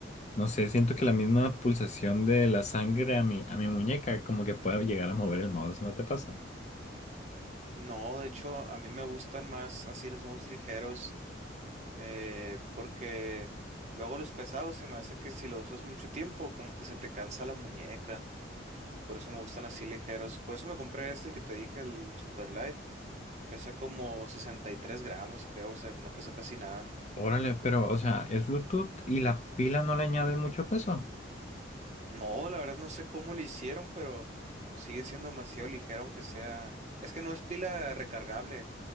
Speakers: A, on the left; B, on the right.
A: no sé, siento que la misma pulsación de la sangre a mi, a mi muñeca como que puedo llegar a mover el mouse, ¿no te pasa?
B: No, de hecho, a mí me gustan más así los mouse ligeros, eh, porque luego los pesados se me hace que si los usas mucho tiempo, como que se te cansa la muñeca. Por eso me gustan así ligeros. Por eso me compré este el que te dije, el Super Light. Pesa como 63 gramos, creo. O sea, no pesa casi nada.
A: Órale, pero o sea, es Bluetooth y la pila no le añade mucho peso.
B: No, la verdad no sé cómo lo hicieron, pero sigue siendo demasiado ligero, aunque sea. Es que no es pila recargable.